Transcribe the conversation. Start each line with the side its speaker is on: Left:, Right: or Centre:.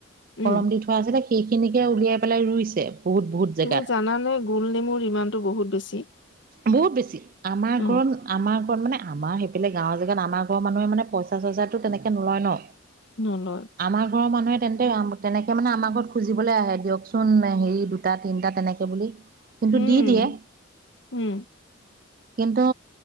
Left: উম
Right: কলম দি থোৱা আছিলে সেইখিনিকে উলিয়াই পেলাই ৰুইছে বহুত বহুত জেগাত
Left: তুমি জানানে গোল নেমুৰ ইমানটো বহুত বেছি।
Right: বহুত বেছি আমাৰ
Left: উম,
Right: ঘৰত আমাৰ। ঘৰত মানে আমাৰ সেইফালে গাঁৱৰ জেগাত আমাৰ ঘৰ মানুহে মানে পইচা চইচাটো তেনেকে নলয় ন।
Left: নলয়।
Right: আমাৰ ঘৰৰ মানুহে তেন্তে। তেনেকে মানে আমাৰ ঘৰত খুজিবলৈ আহে দিয়কচোন হেৰি দুটা তিনটা তেনেকে বুলি। কিন্তু
Left: উম,
Right: দি দিয়ে।
Left: উম,
Right: কিন্তু